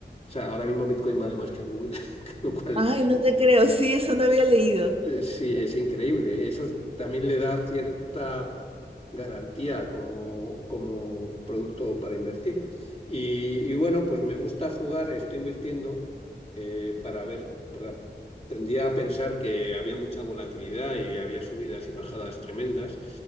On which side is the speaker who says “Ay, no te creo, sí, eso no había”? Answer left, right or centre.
Right